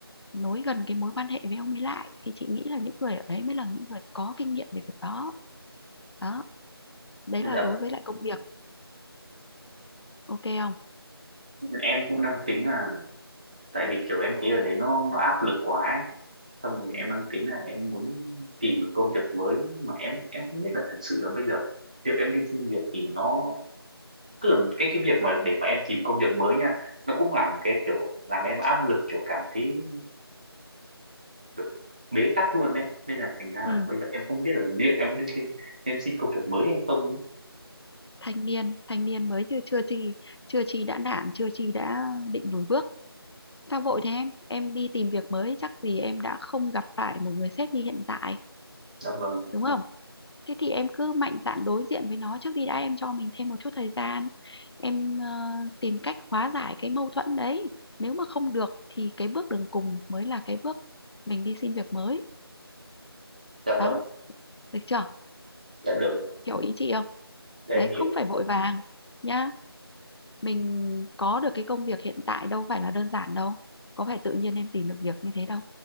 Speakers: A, on the left (about 80°); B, on the right (about 20°).
A: nối gần cái mối quan hệ với ông ấy lại thì chị nghĩ là những người ở đấy mới là những người có kinh nghiệm về việc đó đó đấy
B: dạ
A: là đối
B: vâng
A: với lại công việc ok không
B: em cũng đang tính là tại vì kiểu em thấy ở đấy nó nó áp lực quá ấy. xong rồi
A: ừ.
B: em đang tính là em muốn tìm một công việc mới nhưng mà em em không biết là thật sự là bây giờ việc em đi xin việc thì nó tức là cái cái việc mà để mà em tìm công việc mới nha nó cũng là một cái kiểu làm em áp lực kiểu cảm thấy kiểu bế tắc luôn đấy nên là thành ra
A: ừ
B: là bây giờ em không biết là liệu em có đi xin em xin công việc mới hay không ấy.
A: thanh niên thanh niên mới chưa chưa chi chưa chi đã nản chưa chi đã định lùi bước sao vội thế em em đi tìm việc mới chắc gì em đã không gặp phải một người sếp như hiện tại
B: dạ vâng
A: đúng không thế thì em cứ mạnh dạn đối diện với nó trước đi đã em cho mình thêm một chút thời gian em ờ, tìm cách hóa giải cái mâu thuẫn đấy nếu mà không được thì cái bước đường cùng mới là cái bước mình đi xin việc mới
B: dạ vâng
A: đó được chưa
B: dạ được
A: hiểu ý chị không
B: dạ
A: đấy
B: em hiểu
A: không phải vội vàng nha mình có được cái công việc hiện tại đâu phải là đơn giản đâu có phải tự nhiên em tìm được việc như thế đâu